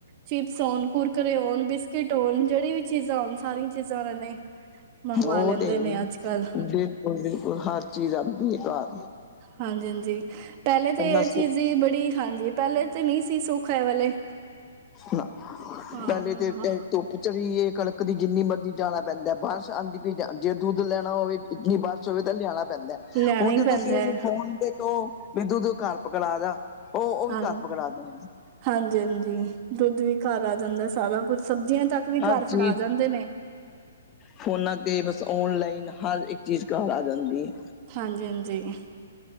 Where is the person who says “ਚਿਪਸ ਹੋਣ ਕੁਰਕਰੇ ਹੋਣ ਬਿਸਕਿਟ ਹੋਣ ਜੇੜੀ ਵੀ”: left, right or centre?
Right